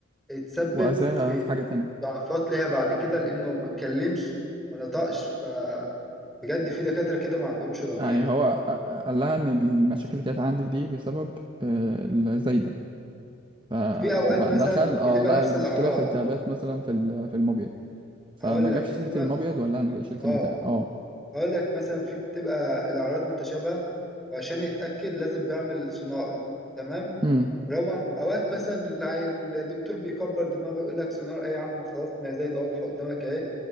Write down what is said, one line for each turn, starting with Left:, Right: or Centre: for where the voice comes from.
Centre: اتسبب
Right: واذاها
Centre: في
Right: في حاجة تانية
Centre: ضعفات ليها بعد كده لأنه ما اتكلمش ما نطقش فبجد في دكاترة كده ما عندهمش ضمير
Right: يعني هو أ- أ- قال لها ان المشاكل اللي كانت عندك دي بسبب آه، الزايدة فدخل
Centre: في أوقات مثلا بتبقى
Right: اه لقى
Centre: نفس
Right: المشكله
Centre: الأعراض
Right: في التهابات مثلا في ال- في المبيض فما
Centre: هقول
Right: جابش
Centre: لك
Right: سيره
Centre: في م...
Right: المبيض ولا انا جاي شلت
Centre: اه
Right: البتاع اه
Centre: هقول لك مثلا في بتبقى الأعراض متشابهة وعشان يتأكد لازم بيعمل سونار تمام
Right: امم
Centre: ولو ما أوقات مثلا الع- الدكتور بيكبر دماغه يقول لك سونار أي يا عم خلاص ما هي زي ده واضحة قدامك أهي